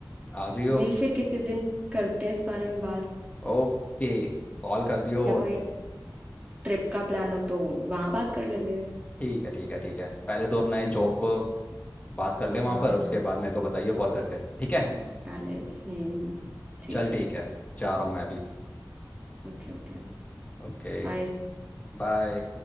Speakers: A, on the left; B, on the right.
A: आ जाइयो
B: मिल फिर किसी दिन करते हैं इस बारे में बात
A: ओके कॉल कर दियो
B: या
A: और
B: कोई ट्रिप का प्लान हो तो वहां बात कर लेंगे
A: ठीक है ठीक है ठीक है पहले तो अपना ये जॉब को बात कर ले वहाँ
B: हाँ
A: पर उसके बाद मेरे को बताइए कॉल करके ठीक है
B: पहले पहले- हम्म ठीक
A: चल
B: है
A: ठीक है जा रहा हूँ मैं अभी
B: Okay okay
A: ओके
B: बाय
A: बाय